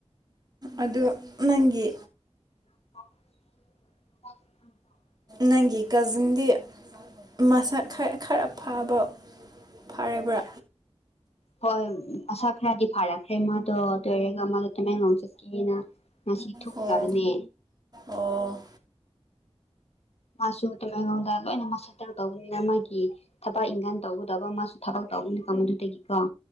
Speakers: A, on the right; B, on the left.
A: ꯑꯗꯨ ꯅꯪꯒꯤ꯫
B: <unintelligible>
A: ꯅꯪꯒꯤ ꯀꯖꯤꯟꯗꯤ ꯃꯁꯛ ꯈꯔ ꯈꯔ ꯐꯕ ꯐꯔꯕ꯭ꯔꯥ꯫
B: ꯍꯣꯏ ꯃꯁꯥ ꯈꯔꯗꯤ ꯐꯥꯔꯛꯈ꯭ꯔꯦ ꯃꯥꯗꯣ ꯑꯗꯨ ꯑꯣꯏꯔꯒ ꯃꯥꯗꯣ ꯇꯃꯦꯡꯂꯣꯡ ꯆꯠꯀꯦꯅ꯫ ꯉꯁꯤ ꯊꯣꯛꯈ꯭ꯔꯕꯅꯦ꯫
A: ꯑꯣ ꯑꯣ
B: ꯃꯥꯁꯨ ꯇꯃꯦꯡꯂꯣꯡꯗ ꯂꯣꯏꯅꯃꯛ ꯁꯦꯇꯦꯜ ꯇꯧꯕꯅꯤꯅ ꯃꯥꯒꯤ ꯊꯕꯛ ꯏꯪꯒꯥꯟ ꯇꯧꯒꯗꯧꯕ ꯃꯥꯁꯨ ꯊꯕꯛ ꯇꯧꯕꯅꯤꯅꯀꯣ ꯃꯗꯨꯗꯒꯤ ꯀꯣ꯫